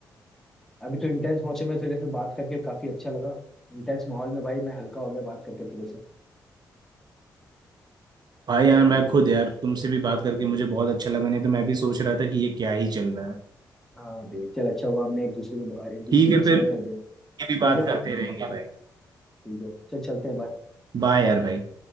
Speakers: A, in the centre; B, on the right (about 50°).
A: अभी तो इंटेंस मौके में तेरे से बात करके काफी अच्छा लगा इंटेंस माहौल में भाई मैं हल्का हो गया बात करके तेरे से
B: भाई यार मैं खुद यार तुमसे भी बात करके मुझे बहुत अच्छा लगा नहीं तो मैं भी सोच रहा था कि ये क्या ही चल रहा है
A: हाँ बे चल अच्छा हुआ हमने एक दूसरे को एक दूसरे
B: ठीक
A: को
B: है
A: शेयर
B: फिर
A: कर दिया
B: ये भी
A: ठीक
B: बात
A: है फिर
B: करते रहेंगे भाई
A: ठीक है चल चलते हैं bye।
B: बाय यार भाई